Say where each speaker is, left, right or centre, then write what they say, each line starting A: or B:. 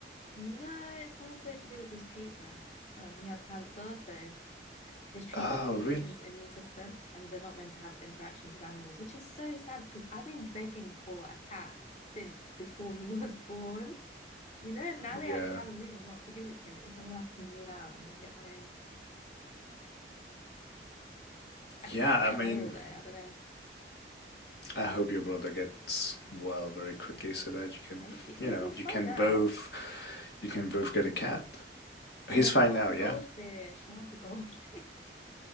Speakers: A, on the left; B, on the left.
A: No, it's more so to do with his treatment. Um, he had cancer, so his treatment
B: Oh,
A: weakened
B: really?
A: his immune system, and they're not meant to have interactions with animals, which is so sad because I've been begging for a cat since before he <laughs> was born. You know, now
B: Yeah.
A: they actually have a reason not to give it to me, so I'm gonna have to move out and then get my own.
B: Yeah,
A: I think I'd
B: I
A: get
B: mean,
A: a male though. I don't know.
B: I hope your brother gets well very quickly so that you can,
A: Thank you. No,
B: you know,
A: he's
B: you
A: fine
B: can
A: now.
B: both you can both get a cat. He's
A: No,
B: fine
A: he wants
B: now,
A: a
B: yeah?
A: goldfish. He wants a goldfish. <laughs>